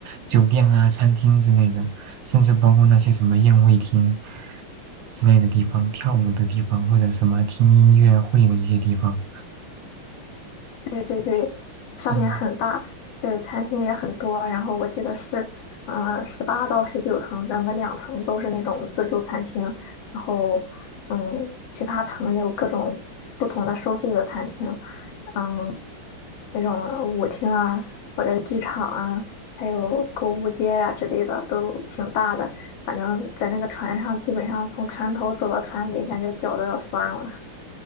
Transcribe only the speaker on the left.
对对对，上面很大，
就是餐厅也很多。然后我记得是，呃，十八到十九层，整个两层都是那种自助餐厅，然后，嗯，其他层也有各种不同的收费的餐厅，嗯，那种舞厅啊，或者剧场啊，还有购物街啊之类的，都挺大的。反正，在那个船上，基本上从船头走到船尾，感觉脚都要酸了。